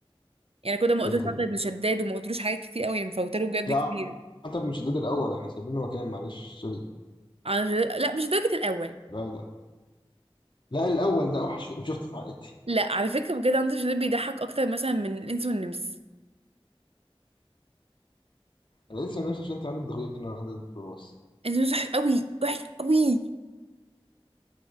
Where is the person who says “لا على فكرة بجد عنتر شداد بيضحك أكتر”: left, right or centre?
Right